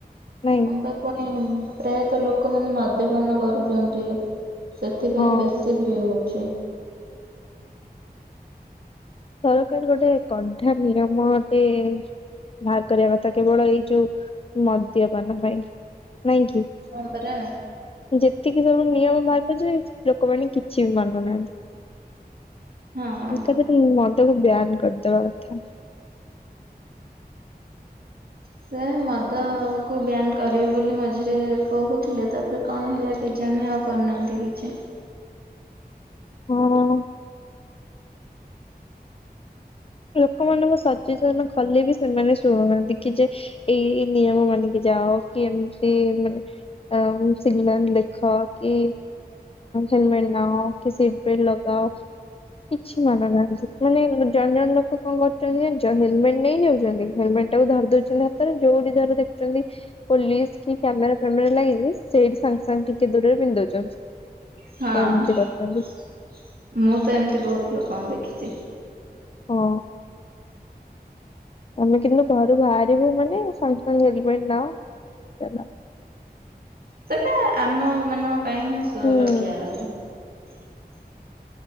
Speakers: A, on the left; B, on the right.
A: ନାଇଁ।
B: ପା ପାଇଁ ପ୍ରାୟତଃ ଲୋକ ମାନେ ମଦ୍ୟପାନ କରୁଛନ୍ତି। ସେଥିପାଇଁ
A: ହଁ।
B: ବେଶୀ ବି ହଉଛି।
A: ସରକାର ଗୋଟେ କଢା ନିୟମ ଏ ବାହାର କରିବା କଥା କେବଳ ଏଇ ଯୋଉ ମଦ୍ୟପାନ ପାଇଁ ନାଇଁ କି?
B: ହବରା।
A: ଯେତିକି ସବୁ ନିୟମ ବାହାର କରଛନ୍ତି ଲୋକମାନେ କିଛି ବି ମାନୁନାହାନ୍ତି।
B: ହଁ।
A: ଏକାଥରେ ମଦକୁ ବ୍ୟାନ କରିଦବା କଥା।
B: ସେ ମଦ କୁ ବ୍ୟାାନ କରିବେ ବୋଲି ମଝିରେ କହୁଥିଲେ ତାପ ରେ କଣ ହେଲା କେଜାଣି ଆଉ କରିନାହାଁନ୍ତି କିଛି।
A: ହଁ। ଲୋକମାନଙ୍କୁ ସଚେସନ କଲେ ବି ସେମାନେ ଶୁଣୁନାହାନ୍ତି କି ଯେ ଏଇ ଏଇ ନିୟମ ମାନିକି ଯାଅ। କି ଏମତି ମାନେ ସିଗନାଲ ଦେଖ କି ହେଲମେଟ ନାଅ କି ସିଟ ବେଲ୍ଟ ଲଗାଅ କିଛି ମାନୁନାହାନ୍ତି ମାନେ ଜଣେ ଜଣେ ଲୋକ କଣ କରୁଛନ୍ତି ଜାଣିଛ ହେଲମେଟ ନେଇ ଯାଉଛନ୍ତି ହେଲମେଟ ଟାକୁ ଧରି ଦଉଛନ୍ତି ହାତରେ ଯୋଉଠି ଧର ଦେଖୁଛନ୍ତି ପୋଲିସ କି କ୍ୟାମେରା ଫ୍ୟାମେରା ଲାଗିଛି ସେଇଠି ସାଙ୍ଗେ ସାଙ୍ଗେ ଟିକେ ଦୂରରେ ପିନ୍ଧ ଦଉଛନ୍ତି।
B: ହଁ
A: ଏମିତି
B: ମୁଁ
A: କରିଛନ୍ତି
B: ତ ଏମିତି ବହୁତ ଲୋକଙ୍କୁ ଦେଖିଛି।
A: ହଁ। ଆମେ କିନ୍ତୁ ଘରୁ ବାହାରିବୁ ମାନେ ସାଙ୍ଗେ ସାଙ୍ଗେ ହେଲମେଟ ନାଅ ଚାଲ।
B: ସେଟା ଆମ ମାନଙ୍କ ପାଇଁ ହିଁ ସୁରକ୍ଷା
A: ହୁଁ।
B: ରହିବ।